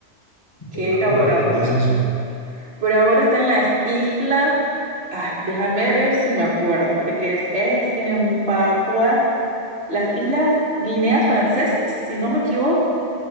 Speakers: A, on the right (about 60°); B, on the left (about 25°).
A: Quiero
B: Por ahora,
A: ir a Bora
B: ¿dónde
A: Bora.
B: es eso?
A: Por ahora está en las islas. Ay, déjame ver si me acuerdo, porque es, es en Papua, las islas Guineas Francesas, si no me equivoco.